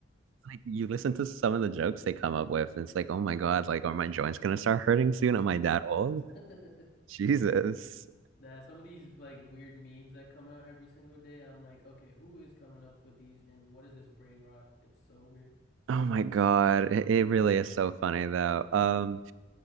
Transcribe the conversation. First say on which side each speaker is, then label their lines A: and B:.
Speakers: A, on the right (about 85°); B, on the left (about 65°).
A: Like you listen to some of the jokes they come up with, and it's like, oh my God, like are my joints gonna start hurting soon? Am I that old?
B: <laughs>
A: Jesus.
B: That some of these like weird memes that come out every single day, I'm like, okay, who is coming up with these and what is this brain rot? It's so weird.
A: Oh my God. It, it really is so funny though. Um,